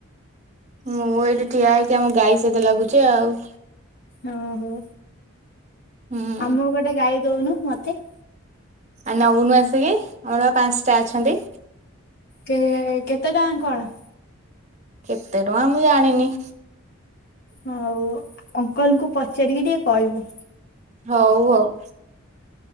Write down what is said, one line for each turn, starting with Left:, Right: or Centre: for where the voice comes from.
Right: ମୁଁ ଏଇଠି ଠିଆ ହେଇକି ଆମ ଗାଈ ସହିତ ଲାଗୁଛି ଆଉ।
Left: ଅ ହୋ।
Right: ହୁଁ।
Left: ଆମକୁ ଗୋଟେ ଗାଈ ଦଉନୁ ମତେ।
Right: ଆ ନଉନୁ ଆସିକି ଆମରପା ପାଞ୍ଚଟା ଅଛନ୍ତି।
Left: କେ କେତେ ଟଙ୍କା କଣ।
Right: କେତେ ଟଙ୍କା ମୁଁ ଜାଣିନି।
Left: ହଉ ଅଙ୍କଲଙ୍କୁ ପଚାରିକି ଟିକେ କହିବୁ।
Right: ହଉ ହଉ।